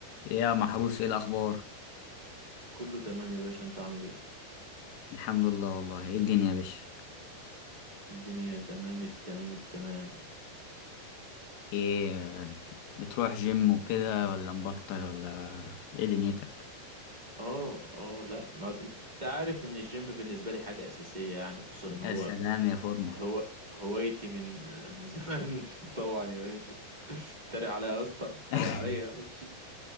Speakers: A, on the left; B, on the right.
A: يا محروس ايه الاخبار
B: كله تمام يا باشا انت عامل ايه
A: الحمد لله والله ايه الدنيا يا باشا
B: الدنيا تمام التمام التمام
A: ايه بتروح جيم وكده ولا مبطل ولا ايه دنيتك
B: اه اه لا ما انت عارف ان الجيم بالنسبه لي حاجه اساسيه يعني خصوصا ان هو
A: يا سلام يا فورمة
B: هو هوايتي من من زمان <laughs> طبعا يا باشا اتريق عليا يا اسطى
A: <laughs>
B: اتريق عليا ماشي